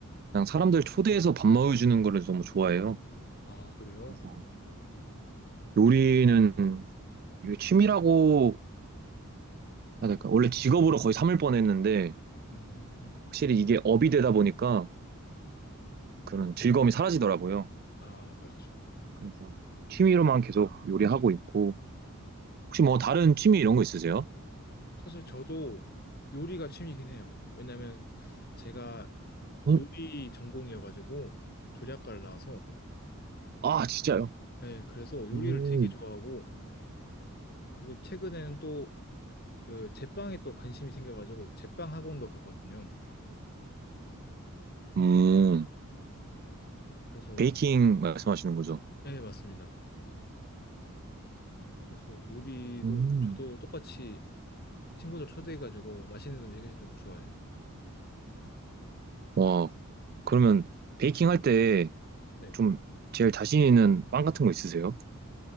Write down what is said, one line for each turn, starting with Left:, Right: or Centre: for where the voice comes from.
Right: 그냥 사람들 초대해서 밥 먹여주는 거를 너무 좋아해요.
Left: 아, 그래요?
Right: 그래서 요리는 이게 취미라고 해야 될까? 원래 직업으로 거의 삼을 뻔했는데
Left: 음,
Right: 확실히 이게 업이 되다 보니까 그런 즐거움이 사라지더라고요.
Left: 아, 그렇죠.
Right: 그래서 취미로만 계속 요리하고 있고 혹시 뭐 다른 취미 이런 거 있으세요?
Left: 사실 저도 요리가 취미이긴 해요. 왜냐면 제가
Right: 응?
Left: 요리 전공이어가지고 조리학과를 나와서,
Right: 아 진짜요?
Left: 네, 그래서 요리를
Right: 음,
Left: 되게 좋아하고, 그리고 최근에는 또 그 제빵에 또 관심이 생겨가지고 제빵 학원도 가거든요.
Right: 음
Left: 그래서,
Right: 베이킹 말씀하시는 거죠?
Left: 예, 맞습니다. 그래서 요리도
Right: 음.
Left: 저도 똑같이 친구들 초대해가지고 맛있는 음식 해주는 거 좋아해요.
Right: 와 그러면 베이킹 할 때
Left: 네.
Right: 좀 제일 자신 있는 빵 같은 거 있으세요?